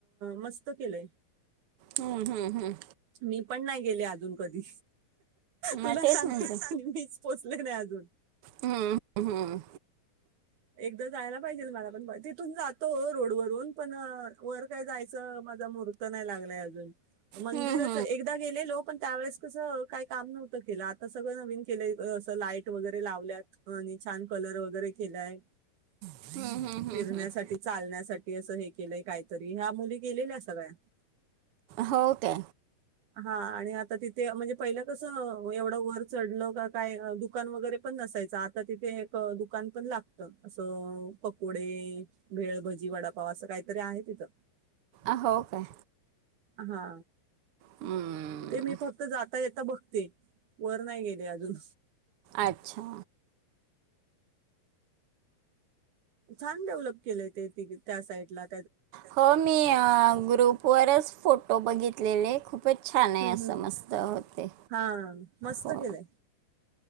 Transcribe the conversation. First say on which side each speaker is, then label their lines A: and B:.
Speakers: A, on the right; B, on the right.
A: मस्त केलंय
B: हम्म हम्म हम्म
A: मी पण नाही गेले अजून कधी
B: मग
A: तुला
B: तेच
A: सांगतेस
B: म्हणते
A: मीच पोचले नाही अजून
B: हम्म हम्म
A: एकदा जायला पाहिजे मला पण तिथून जातो रोडवररून पण वर काय जायचं माझा मुहूर्त नाही लागलाय अजून मंदिरच
B: हम्म हम्म
A: एकदा गेलेलो पण त्यावेळेस कसं काही काम नव्हतं केलं आता सगळं नवीन केलंय असं लाईट वगैरे लावल्यात आणि छान कलर वगैरे केलाय
B: हम्म हम्म हम्म
A: फिरण्यासाठी
B: हम्म
A: चालण्यासाठी असं हे केलंय काय तरी ह्या मुली गेलेल्या सगळ्या
B: हो ते
A: हा आणि आता तिथे म्हणजे पहिला कसं एवढं वर चढलं का काय दुकान वगैरे पण नसायचं आता तिथे एक दुकान पण लागत असं पकोडे भेळ भजी वडापाव असं काय? तरी आहे तिथं.
B: अ हो काय.
A: हा.
B: हम्म
A: ते मी फक्त जात आता येता बघते वर नाही गेले अजून
B: अच्छा.
A: छान डेव्हलप केलेय ते त त्या साईड ला.
B: हो मी ग्रुप वरच फो ो बघितलेले खूप पण छान आहे
A: हम्म
B: असं
A: हम्म.
B: मस्त होते
A: हा मस्त
B: हो.
A: केलंय